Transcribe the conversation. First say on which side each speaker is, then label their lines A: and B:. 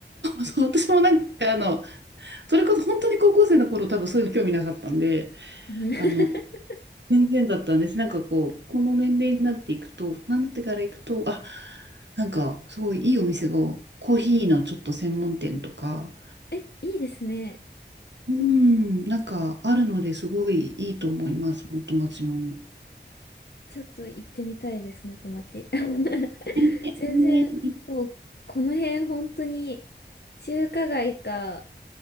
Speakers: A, on the right; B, on the left.
A: そう、私もなんかあの、それこそ本当に高校生の頃多分そういうの興味なかったんで、
B: うん <laughs>
A: あの、全然だったんです。なんかこう、この年齢になっていくと、大人になってから行くと、あ、なんかすごいいいお店が、コーヒーのちょっと専門店とか、
B: え、いいですね。
A: うん、なんかあるのですごいいいと思います、お友達も。
B: ちょっと行ってみたいです、元町。<laughs>
A: ね、
B: 全然、
A: ね
B: もう、この辺本当に、中華街か、